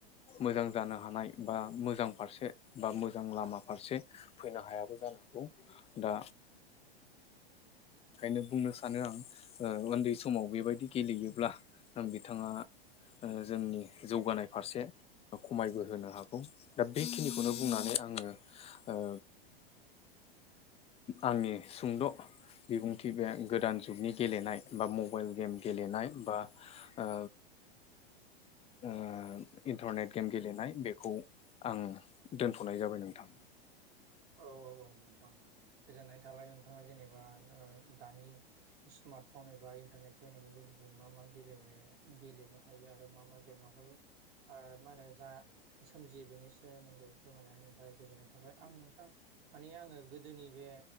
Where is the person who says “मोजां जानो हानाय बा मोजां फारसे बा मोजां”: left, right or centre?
Left